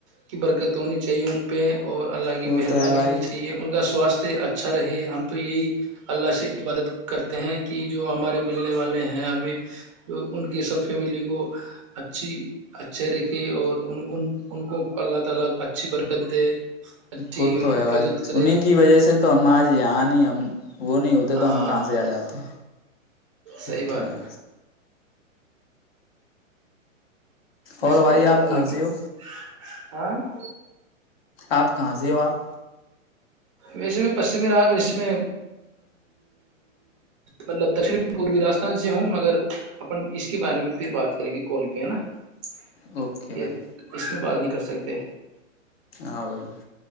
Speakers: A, on the right; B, on the left.
A: کی برکت ہونی چاہیے ان پہ <inaudible> اور اللہ کی
B: وہ
A: مہربانی
B: تو ہے بھائی
A: ہونی چاہیے ان کا سواستھ اچھا رہے ہم تو یہی اللہ سے عبادت کرتے ہیں کہ جو ہمارے ملنے والے ہیں ہمیں جو ان کی سب فیملی کو اچھی اچھے رقی اور ان ان کو اللہ تعالی اچھی برکت دے <unintelligible> <unintelligible> اچھی
B: وہ تو
A: حفاظت
B: ہے بھائی
A: کرے
B: انہیں کی وجہ سے تو ہم آج یہاں نہیں ہم وہ نہیں ہوتے
A: ہاں
B: تو ہم کہاں سے آ جاتے
A: صحیح
B: وہ
A: بات
B: تو ہے
A: یہی
B: اور
A: سب
B: بھائی
A: اللہ
B: آپ
A: ت
B: کہاں
A: لگی
B: سے
A: <unintelligible>
B: ہو
A: ہں <unintelligible>
B: آپ کہاں سے ہو آپ
A: ویسے میں پشچمی ر اس میں مطلب دکن پوروی راجستھان سے ہوں مگر اپ اس کے بارے میں پھر بات کریں گے کوال پہ ہے نا <unintelligible>
B: اوکے
A: یہ
B: بھائی
A: اس میں بات نہیں کر سک <inaudible> سکتے
B: ہ بائی <inaudible>